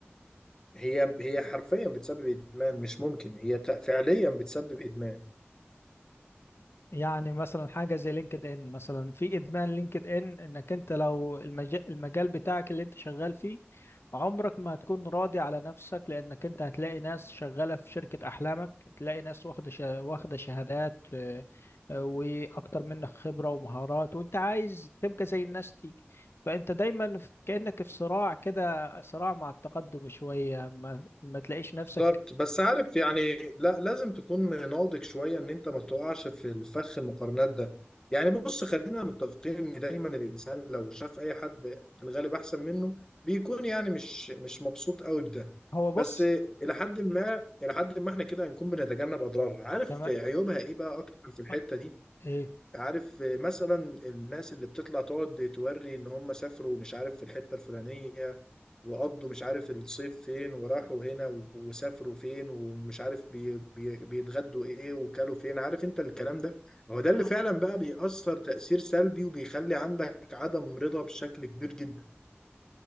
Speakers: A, on the left (about 15°); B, on the left (about 65°).
A: هي هي حرفيا بتسبب ادمان مش ممكن هي ت- فعليا بتسبب ادمان
B: يعني مثلا حاجه زي لينكد ان مثلا في ادمان لينكد ان انك انت لو المجال, المجال بتاعك اللي انت شغال فيه عمرك ما هتكون راضي على نفسك لانك انت هتلاقي ناس شغاله في شركه احلامك تلاقي ناس واخده شه- واخده شهادات آه، آه، واكتر منك خبره ومهارات وانت عايز تبقى زي الناس دي فانت دايما في- كانك في صراع كده صراع مع التقدم شويه ما, ما تلاقيش نفسك
A: بالظبط بس عارف يعني لا لازم تكون ناضج شويه ان انت ما تقعش في الفخ المقارنات ده يعني بص خلينا متفقين ان دايما الانسان لو شاف اي حد في الغالب احسن منه بيكون يعني مش مش مبسوط قوي بده
B: هو بص
A: بس الى حد ما الى حد ما احنا كده هنكون بنتجنب اضرارها عارف
B: تمام
A: عيوبها ايه بقى اكتر في الحته
B: آه،
A: دي
B: ايه
A: عارف مثلا الناس اللي بتطلع تقعد توري ان هم سافروا مش عارف في الحته الفلانيه وقضوا مش عارف الصيف فين وراحوا هنا و- وسافروا فين ومش عارف بي بي بيتغدوا ايه وكلوا فين عارف انت الكلام ده هو ده اللي
B: اه
A: فعلا بقى بيأثر تأثير سلبي وبيخلي عندك عدم رضا بشكل كبير جدا